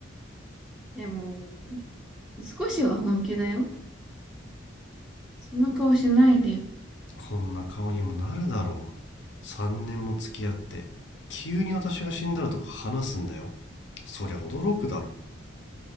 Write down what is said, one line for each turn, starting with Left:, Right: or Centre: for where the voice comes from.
Centre: でも、少しは本気だよ。そんな顔しないで。
Left: こんな顔にもなるだろう3年も付き合って急に私が死んだらとか話すんだよそりゃ驚くだろ